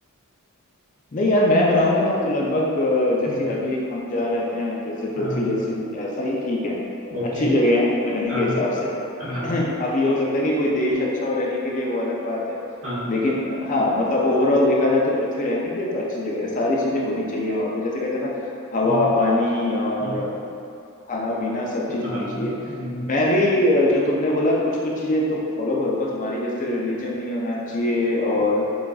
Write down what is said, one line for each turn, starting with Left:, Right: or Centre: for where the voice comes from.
Left: नहीं यार मैं बनाऊंगा ना तो लगभग अ, जैसे
Right: हम्म,
Left: अभी हम जहाँ रहते हैं जैसे
Right: हाँ
Left: पृथ्वी जैसी ऐसा ही ठीक है
Right: ओके
Left: अच्छी
Right: हाँ
Left: जगह है रहने के हिसाब
Right: okay, हाँ
Left: से <laughs>
Right: हाँ
Left: <clears throat> अब
Right: हाँ
Left: ये हो सकता है कि कोई देश अच्छा हो रहने के लिए वो अलग बात है
Right: हाँ हाँ
Left: लेकिन हाँ मतलब ओवरऑल देखा जाए तो पृथ्वी रहने के लिए तो अच्छी जगह है सारी चीजें होनी चाहिए वहां पे जैसे कहते हैं ना हवा
Right: हम्म,
Left: पानी और
Right: हम्म,
Left: खाना पीना सब चीज
Right: हाँ
Left: होनी
Right: हम्म,
Left: चाहिए मैं भी अ, जो तुमने बोला कुछ कुछ चीजें तो फॉलो करूंगा तुम्हारी जैसे रिलीजन नहीं होना चाहिए और